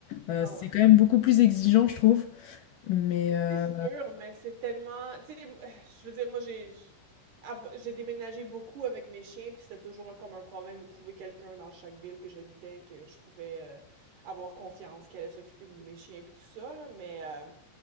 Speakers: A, on the left; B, on the right.
A: Heu,
B: Ah
A: c'est
B: ouais.
A: quand même beaucoup plus exigeant, je trouve. Mais heu,
B: C'est sûr, mais c'est tellement... Tu sais, moi, je veux dire, moi, j'ai j'- av- j'ai déménagé beaucoup avec mes chiens, puis c'était toujours comme un problème de trouver quelqu'un dans chaque ville que j'habitais, que je pouvais euh, avoir confiance, qui allait s'occuper de mes chiens, puis tout ça, là, mais... euh,